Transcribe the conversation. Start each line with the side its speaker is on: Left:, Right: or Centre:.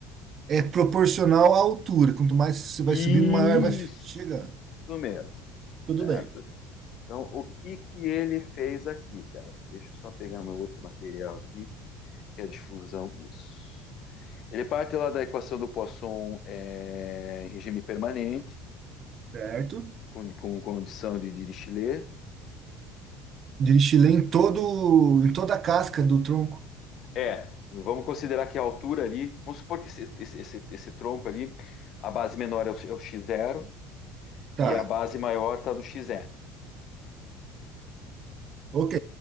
Right: é proporcional à altura. Quanto mais você vai
Left: Isso
Right: subindo, maior vai fi- chegando.
Left: mesmo,
Right: Tudo
Left: certo?
Right: bem.
Left: Então, o que que ele fez aqui, cara? Deixa eu só pegar meu outro material aqui, que é a difusão. Isso. Ele parte lá da equação do Poisson é, em regime permanente,
Right: Certo.
Left: com, com condição de Dirichlet.
Right: Destilei em todo, em toda a casca do tronco.
Left: É, vamos considerar que a altura ali, vamos supor que esse, esse, esse, esse tronco ali, a base menor é o, é o x zero
Right: Tá.
Left: e a base maior está no xn.
Right: Ok.